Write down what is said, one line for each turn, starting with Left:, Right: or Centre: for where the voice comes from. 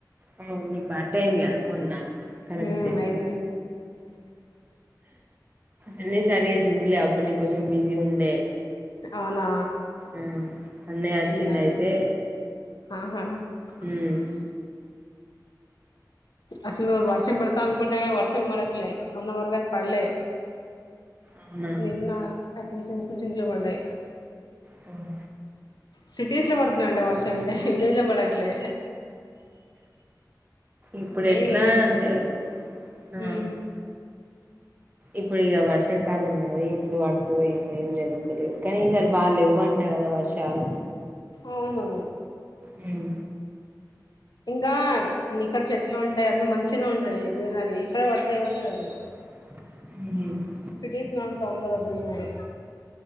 Right: ఆ ని బర్తడే గా మొన్న కరెక్టే
Left: ఉమ్ అయింది
Right: అన్నసరగా చూలే అప్పుడు నేను కొంచెం బిజీ ఉండే
Left: అవునా
Right: ఆ అన్నయ్య వచ్చిండు
Left: ఏం చేద్దాం
Right: అయితే
Left: హ
Right: ఉమ్
Left: అసలు వర్షం పడతా అనుకుంటే కానీ వర్షం పడట్లే మొన్న వరకు అది పడలే
Right: అవునా
Left: నిన్న అట్లా చినుకులు చినుకలు పడ్డాయ్
Right: మ్
Left: సిటీస్ లో పడుతున్నాయంట వర్షం విలేజ లో పడట్లే
Right: ఇప్పుడు
Left: మెయిన్
Right: ఎట్లా
Left: ఇదే అసలు
Right: అంటే ఆ
Left: ఉమ్
Right: ఇప్పుడు ఇక వర్షాకాలం కది ఎప్పుడు పడతాయో ఏమో ఏం తెలుత్తలేదు కానీ ఈసారి బాగా లేెవ అంట కదా వర్షాలు
Left: అవును
Right: మ్
Left: ఇంకా ఇక్కడ చెట్లు ఉంటాయి అన్ని మంచిగా ఉంటాయి కదా గ్రీనరీ ఇక్కడే పడతాయ్ ఏమో
Right: మ్
Left: సిటీీస్ లో అంత ఉండదు గ్రీనరి